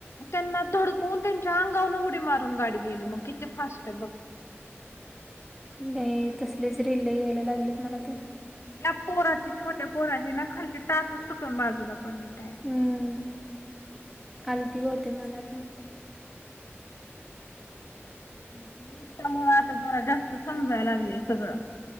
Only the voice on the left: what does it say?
त्यांना धडकून, त्यांच्या अंगाहून उडी मारून गाडी गेली. मग किती फास्टय बघ.
त्या पोराची छोट्या पोराची ना खालची टाचच तुटून बाजूला पडली डायरेक्ट.
<inaudible> त्यामुळ आता जरा जास्त समजायला लागलंय सगळं.